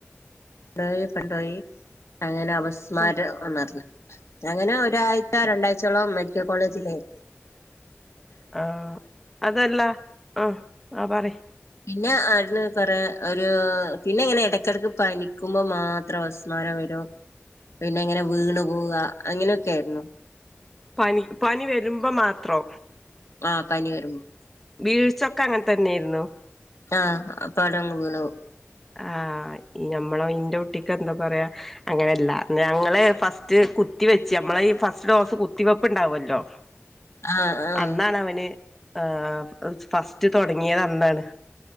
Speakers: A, on the left; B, in the centre.
A: ണ്ടോയി ഇപ്പന്തോയി അങ്ങനെ അപസ്മാരാ
B: ആഹ്
A: എന്നറിഞ്ഞു അങ്ങനെ ഒരായ്ച രണ്ടായ്ചയോളം മെഡിക്കൽ കോളേജിലേര്ന്നു
B: ആഹ് അതല്ല ആഹ് ആഹ് പറി
A: പിന്നെ ആട്ന്ന് കൊറേ ഒരൂ പിന്നെങ്ങനെ എടക്കെടക്ക് പനി ക്കുമ്പാെ മാത്രം അവസ്മാരം വെരും പിന്നെ എങ്ങനെ വീണ് പോവാ അങ്ങനെക്കേര്ന്നു
B: പനി പനി വെരുമ്പാെ മാത്രോ
A: ആഹ് പനി വെരുമ്പാെ
B: വീഴ്ച ഒക്കെ അങ്ങൻതെന്നേര്ന്നോ
A: ആഹ് അപ്പവടങ്ങ് വീണു പോവും
B: ആഹ് ഇഞമ്മളെ ഇന്റെ കുട്ടിക്ക് എന്താ പറയാ അങ്ങനെല്ല ഞങ്ങള് ഫസ്റ്റ് കുത്തി വെച്ച് അമ്മളേയ് ഫസ്റ്റ് ഡോസ് കുത്തിവെപ്പ് ഇണ്ടാവാെല്ലോ
A: ആഹ് ആഹ്
B: അന്നാണവന് ആഹ് അത് ഫസ്റ്റ് തൊടങ്ങിയത് അന്നാണ്